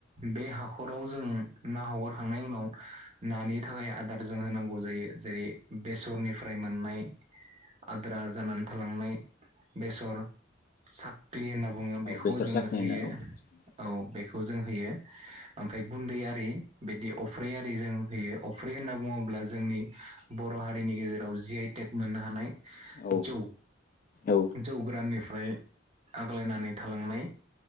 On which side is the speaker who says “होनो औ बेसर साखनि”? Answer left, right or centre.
Left